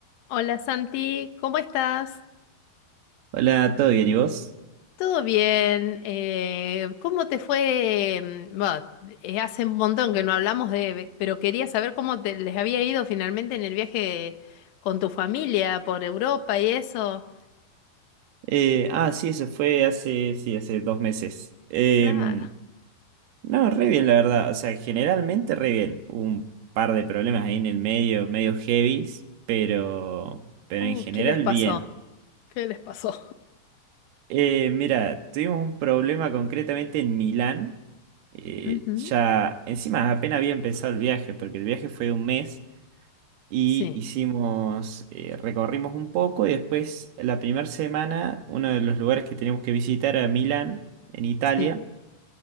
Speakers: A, on the left; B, on the right.
A: Hola Santi, ¿cómo estás?
B: Hola, ¿todo bien? ¿Y vos?
A: ¿Todo bien? Eh, ¿cómo te fue? mm, Bueno, eh, hace un montón que no hablamos de, pero quería saber cómo te, les había ido finalmente en el viaje con tu familia por Europa y eso.
B: Eh, ah, sí, eso fue hace, sí, hace dos meses. Em,
A: Claro.
B: no, re bien, la verdad. O sea, generalmente re bien. Hubo un par de problemas ahí en el medio, medio heavies, pero, pero
A: Uh,
B: en general
A: ¿qué les pasó?
B: bien.
A: ¿Qué les pasó?
B: Eh, mira, tuvimos un problema concretamente en Milán. Eh,
A: <laughs> Ujú.
B: ya, encima apenas había empezado el viaje, porque el viaje fue de un mes. y
A: Sí,
B: hicimos, eh, recorrimos un poco y después la primera semana uno de los lugares que teníamos que visitar era Milán, en Italia,
A: sí.